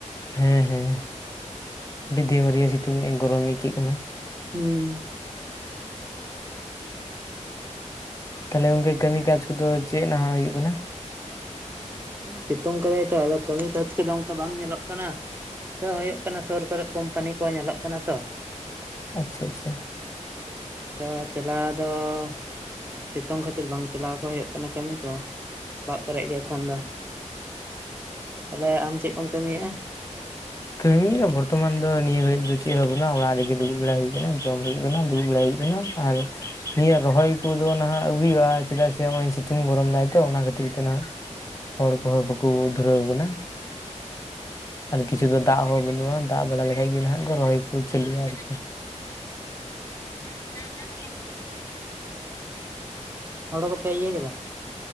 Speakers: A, on the left (about 25°); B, on the right (about 15°).
A: ᱦᱮᱸ ᱦᱮᱸ ᱦᱮᱸ, ᱰᱤᱫᱤ ᱢᱤᱨᱤᱭᱟ ᱥᱤᱛᱩᱝ ᱮᱜ ᱟᱸᱧ, ᱜᱚᱨᱚᱢ ᱟᱹᱭᱠᱟᱹᱜ ᱠᱟᱱᱟ᱾
B: ᱦᱩᱸᱻ ᱾
A: ᱛᱟ ᱦᱚᱞᱮ ᱜᱚᱝᱠᱮ ᱠᱟᱹᱢᱤ ᱠᱟᱡᱽ ᱠᱚᱫᱚ ᱪᱮᱜ ᱱᱟᱦᱟᱜ ᱦᱩᱭᱩᱜ ᱠᱟᱱᱟ?
B: ᱦᱩᱸᱻ ᱥᱤᱛᱩᱝ ᱠᱟᱫᱟᱭ ᱛᱚ ᱟᱫᱚ ᱠᱟᱹᱢᱤ ᱠᱟᱡᱽ ᱠᱚᱫᱚ ᱚᱱᱠᱟ ᱵᱟᱝ ᱧᱮᱞᱚᱜ ᱠᱟᱱᱟ, ᱟᱫᱚ ᱦᱩᱭᱩᱜ ᱠᱟᱱᱟ ᱥᱩᱨ ᱠᱚᱨᱮᱫ ᱠᱳᱢᱯᱟᱱᱤ ᱠᱚ ᱧᱮᱞᱚᱜ ᱠᱟᱱᱟ ᱛᱚ᱾
A: ᱟᱪᱪᱷᱟ ᱟᱪᱪᱷᱟ᱾
B: ᱟᱫᱚ ᱪᱟᱞᱟᱣ ᱫᱚ ᱢᱟᱱᱮ ᱥᱤᱛᱩᱝ ᱠᱷᱟᱹᱛᱤᱨ ᱵᱟᱝ ᱪᱟᱞᱟᱣ ᱠᱚ ᱦᱩᱭᱩᱜ ᱠᱟᱱᱟ ᱠᱟᱹᱢᱤ ᱠᱚ, ᱚᱲᱟᱜ ᱠᱚᱨᱮᱜ ᱜᱮ ᱮᱠᱷᱚᱱ ᱫᱚ᱾ ᱛᱟᱞᱦᱮ ᱟᱢ ᱪᱮᱫ ᱠᱚᱢ ᱠᱟᱹᱢᱤᱭᱮᱜᱼᱟ?
A: ᱠᱟᱹᱢᱤ ᱫᱚ ᱵᱚᱨᱛᱚᱢᱟᱱ ᱫᱚ ᱱᱤᱭᱟᱹ ᱜᱷᱟᱹᱲᱤᱡ ᱫᱚ ᱪᱮᱫ ᱦᱚᱸ ᱵᱚᱱᱩᱜ-ᱟ, ᱚᱲᱟᱜ ᱨᱮ ᱜᱮ ᱫᱩᱲᱩᱵ ᱵᱟᱲᱟ ᱦᱩᱭ ᱟᱠᱟᱱᱟ ᱡᱚᱢ ᱦᱩᱭᱩᱜ ᱠᱟᱱᱟ ᱫᱩᱲᱩ ᱵᱟᱲᱟ ᱦᱩᱭᱩᱜ ᱠᱟᱱᱟ ᱟᱨ ᱱᱤᱭᱟᱹ ᱨᱚᱦᱚᱭ ᱠᱩᱫᱚ ᱱᱟᱦᱟᱜ ᱟᱹᱣᱨᱤ ᱦᱩᱭᱩᱜᱼᱟ, ᱪᱮᱫᱟᱜ ᱥᱮ ᱱᱚᱜ-ᱚᱭ ᱥᱤᱛᱩᱝ ᱜᱚᱨᱚᱢ ᱫᱟᱭ ᱛᱚ ᱚᱱᱟ ᱠᱷᱟᱹᱛᱤᱨ ᱛᱮ ᱱᱟᱦᱟᱜ ᱦᱚᱲ ᱠᱚᱦᱚᱸ ᱵᱟᱠᱩ ᱩᱫᱷᱨᱟᱣ ᱵᱚᱱᱟ, ᱠᱤᱪᱷᱩ ᱫᱚ ᱫᱟᱜ ᱦᱚᱸ ᱵᱟᱹᱱᱩᱜᱼᱟ ᱫᱟᱜ ᱵᱟᱲᱟ ᱞᱮᱠᱷᱟᱡ ᱜᱮ ᱱᱟᱦᱟᱜ ᱠᱚ ᱨᱚᱦᱚᱭ ᱠᱚ ᱪᱟᱹᱞᱩᱭᱟ ᱟᱨᱠᱤ <inaudible>
B: ᱛᱟᱦᱚᱞᱮ ᱦᱳᱲᱳ ᱠᱚᱯᱮ ᱤᱭᱟᱹ ᱠᱮᱫᱟ?